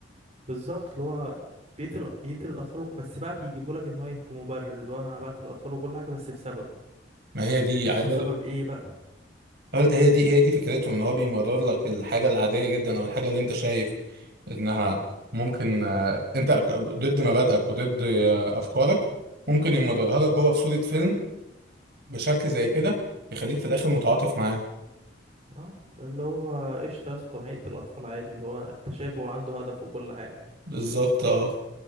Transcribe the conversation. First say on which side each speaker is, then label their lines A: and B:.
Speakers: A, on the right; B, on the right.
A: بالظبط اللي هو بيقتل بيقتل الاطفال وك- بس بقى بيجيبه لك ان هو ايه بمبرر اللي هو انا بقتل الاطفال وكل حاجه بس بسبب
B: ما هي دي
A: يا اسطى
B: عايز اقول
A: سبب
B: لك
A: ايه بقى
B: هو- هي دي هي دي فكرتهم ان هو بيمرر لك الحاجه العاديه جدا او الحاجه اللي انت شايف انها ممكن آه، انت ك- ضد مبادئك وضد آه، افكارك ممكن يمررها لك هو في صوره فيلم بشكل زي كده يخليك في الاخر متعاطف معاه
A: اه اللي هو قشطه يا اسطى ما يقتل الاطفال عادي اللي هو انت شايف هو عنده هدف وكل حاجه
B: بالظبط اه